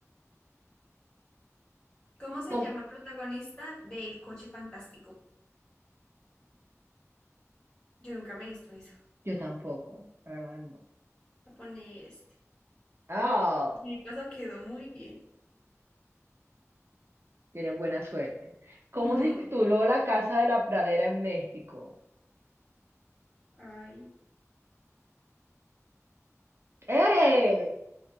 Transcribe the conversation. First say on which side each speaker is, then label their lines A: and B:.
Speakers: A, on the left; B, on the right.
A: ¿Cómo se
B: ¿Cómo?
A: llama el protagonista del coche fantástico? Yo nunca me he visto eso.
B: Yo tampoco, la verdad no.
A: Voy a poner este.
B: Ah,
A: Mi paso quedó muy bien.
B: tienes buena suerte. ¿Cómo
A: Ujú.
B: se tituló La Casa de la Pradera en México?
A: Ay.
B: ¡Eh!